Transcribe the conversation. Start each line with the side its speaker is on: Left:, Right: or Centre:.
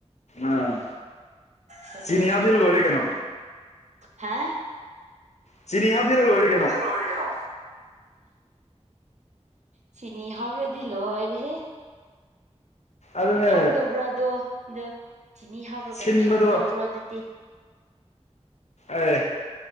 Left: ꯑꯥ
Right: ꯊ
Left: ꯆꯤꯅꯤ ꯍꯥꯞꯆꯤꯜ ꯂꯣꯏꯔꯦ ꯀꯩꯅꯣ
Right: ꯍꯥ
Left: ꯆꯤꯡꯅꯤꯍꯥꯗ ꯂꯣꯏꯔꯦ
Right: <unintelligible> ꯀꯩꯅꯣ ꯆꯤꯅꯤ ꯍꯥꯕꯔꯗꯂꯣ ꯂꯣꯏꯔꯦꯍꯦ
Left: ꯑꯗꯨꯅꯦ
Right: ꯊꯥꯛꯀꯗꯧꯕ꯭ꯔꯥ ꯑꯗꯣ ꯑꯗꯣ ꯆꯤꯅꯤ ꯍꯥꯞꯄ꯭ꯔꯒ
Left: ꯁꯤꯟꯕꯗꯣ
Right: ꯊꯥꯛꯀꯗꯧꯕ꯭ꯔꯣ ꯑꯗꯨꯗꯤ
Left: ꯑꯦ